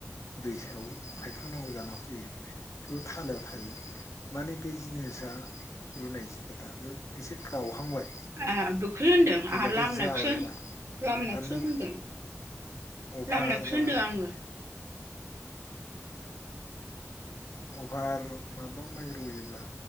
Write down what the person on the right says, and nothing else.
ए बेखौसो होनदों आंहा
लामनायखौसो
लामनायखौसो
होनदों
लामनायखौसो
होनदों आङो